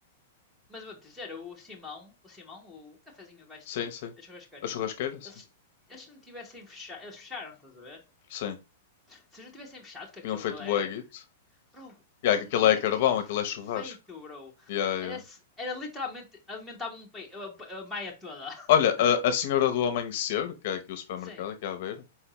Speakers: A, in the centre; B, on the left.
A: Mas vou-te dizer, o Simão, o Simão, o cafezinho abaixo
B: Sim,
A: de ti,
B: sim.
A: a churrascaria,
B: A churrasqueira, sim.
A: eles, eles não tivessem fechado, eles fecharam, estás a ver?
B: Sim.
A: Se eles não tivessem fechado, que aquilo
B: Tinham feito
A: é,
B: bué guito.
A: Bro,
B: Yeah,
A: a
B: que
A: guita
B: aquilo é carvão,
A: que tinham
B: aquilo
A: feito,
B: é churrasco.
A: bro.
B: Yeah,
A: Era,
B: yeah.
A: era literalmente alimentava um pei, a, a, maia toda. <laughs>
B: Olha, a, a Senhora do Amanhecer, que é aqui o supermercado,
A: Sim.
B: aqui à beira,